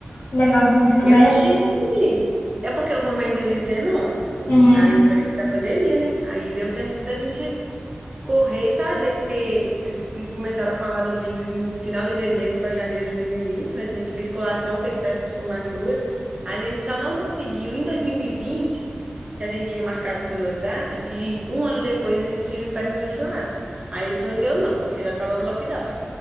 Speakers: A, on the left; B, on the right.
A: negócio no ensino
B: eu
A: médio?
B: tive. É porque eu formei em 2019.
A: Uhum.
B: Aí foi antes da pandemia, né? Aí deu tempo de da gente correr e fazer, porque eles começaram a falar do vírus em final de dezembro para janeiro de 2020. mas a gente fez colação, fez festa de formatura. Aí a gente só não conseguiu em 2020, que a gente tinha marcado pelo WhatsApp, de um ano depois a gente se juntar e fazer um churrasco. Aí isso não deu não, porque já tava no lockdown.